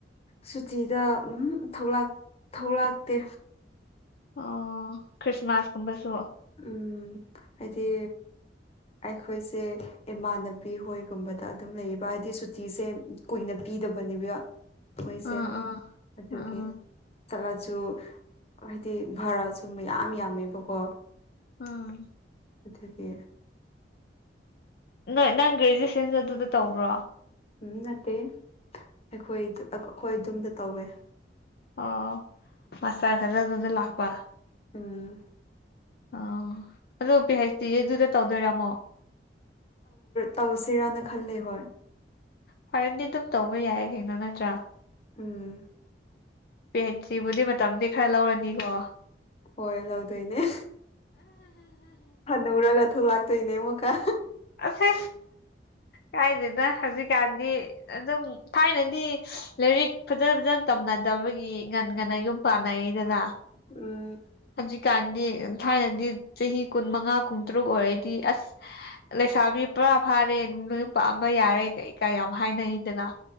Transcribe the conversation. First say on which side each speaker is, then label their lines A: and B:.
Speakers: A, on the left; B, on the left.
A: ꯁꯨꯇꯤꯗ ꯎ ꯊꯣꯛꯂꯛ ꯊꯣꯛꯂꯛꯇꯦ
B: ꯑꯣ ꯈ꯭ꯔꯤꯁꯃꯥꯁꯀꯨꯝꯕꯁꯨ
A: ꯎꯝ ꯍꯥꯏꯗꯤ ꯑꯩꯈꯣꯏꯁꯦ ꯏꯃꯥꯟꯅꯕꯤ ꯍꯣꯏꯒꯨꯝꯕꯗ ꯑꯗꯨꯝ ꯂꯩꯌꯦꯕ ꯍꯥꯏꯗꯤ ꯁꯨꯇꯤꯁꯦ ꯀꯨꯏꯅ ꯄꯤꯗꯕꯅꯦꯕ ꯃꯣꯏꯁꯦ
B: ꯑꯥ ꯑꯥ
A: ꯑꯗꯨꯒꯤ
B: ꯑꯥ
A: ꯆꯠꯂꯁꯨ ꯍꯥꯏꯗꯤ ꯚꯔꯁꯨ ꯃꯌꯥꯝ ꯌꯥꯝꯃꯦꯕꯀꯣ
B: ꯑꯥ
A: ꯑꯗꯨꯒꯤ
B: ꯅꯪ ꯅꯪ ꯒ꯭ꯔꯦꯖꯨꯋꯦꯁꯟꯁꯨ ꯑꯗꯨꯗ ꯇꯧꯕ꯭ꯔꯣ
A: ꯎꯝ ꯅꯠꯇꯦ ꯑꯩꯈꯣꯏ ꯑꯩꯈꯣꯏ ꯑꯗꯣꯝꯗ ꯇꯧꯋꯦ
B: ꯑꯣ ꯃꯁꯇꯔꯗꯅ ꯑꯗꯨꯗ ꯂꯥꯛꯄ
A: ꯎꯝ
B: ꯑꯣ ꯑꯗꯣ ꯄꯤ ꯍꯩꯁ ꯗꯤꯗꯤ ꯑꯗꯨꯗ ꯇꯧꯗꯣꯏꯔ ꯑꯃꯨꯛ
A: ꯇꯧꯁꯤꯔꯅ ꯈꯜꯂꯦ ꯍꯣꯏ
B: ꯐꯔꯦꯗꯤ ꯑꯗꯨꯝ ꯇꯧꯕ ꯌꯥꯏ ꯀꯩꯅꯣ ꯅꯠꯇ꯭ꯔꯥ
A: ꯎꯝ
B: ꯄꯦ ꯍꯩꯁ ꯗꯤꯕꯨꯗꯤ ꯃꯇꯝꯗꯤ ꯈꯔ ꯂꯧꯔꯅꯤꯀꯣ
A: ꯍꯣꯏ ꯂꯧꯗꯣꯏꯅꯦ ꯍꯅꯨꯔꯒ ꯊꯣꯛꯂꯛꯇꯣꯏꯅꯦ ꯑꯃꯨꯛꯀ
B: ꯑꯁ ꯀꯥꯏꯗꯦꯗ ꯍꯧꯖꯤꯛꯀꯥꯟꯗꯤ ꯑꯗꯨꯝ ꯊꯥꯏꯅꯗꯤ ꯂꯥꯏꯔꯤꯛ ꯐꯖ ꯐꯖꯅ ꯇꯝꯅꯗꯕꯒꯤ ꯉꯟ ꯉꯟꯅ ꯌꯨꯝ ꯄꯥꯟꯅꯩꯗꯅ
A: ꯎꯝ
B: ꯍꯧꯖꯤꯛꯀꯥꯟꯗꯤ ꯊꯥꯏꯅꯗꯤ ꯆꯍꯤ ꯀꯨꯟ ꯃꯉꯥ ꯀꯨꯟꯇꯔꯨꯛ ꯑꯣꯏꯔꯗꯤ ꯑꯁ ꯂꯩꯁꯥꯕꯤ ꯄꯨꯔꯥ ꯐꯥꯔꯦ ꯅꯌꯨꯝꯄꯥꯟꯕ ꯌꯥꯔꯦ ꯀꯩ ꯀꯥ ꯌꯥꯝ ꯍꯥꯏꯅꯩꯗꯅ